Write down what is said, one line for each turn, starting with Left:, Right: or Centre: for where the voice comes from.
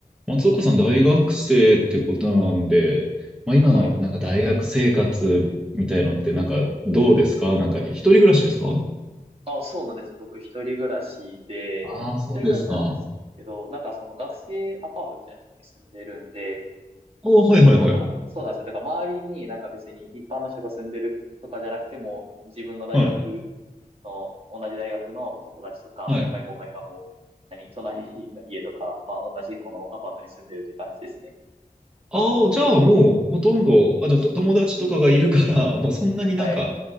Centre: 松岡さん、大学生ってことなんで、まあ、今のなんか大学生活みたいのってなんかどうですかなんか一人暮らしですか
Right: はい。あ、そうなんです。僕、一人暮らしで、
Centre: ああー、そうですか。
Right: 一人暮らしなんですけど、
Centre: あ
Right: なんかその学生アパートみたいなところに住んでるんで、
Centre: あ、はいはいはい。
Right: なんか、そうなんですよ。だから周りになんか別に一般の人が住んでるとかじゃなくても、自分の大学
Centre: はい。
Right: の、同じ大学の友達とか、
Centre: はい。
Right: 先輩後輩がもう、何、隣の家とか、まあ同じこのアパートに住んでるっていう感じですね。
Centre: ああ、じゃあもうほとんど、あ、じゃあと友達とかがいるから、<laughs> もうそんなになんか
Right: はい。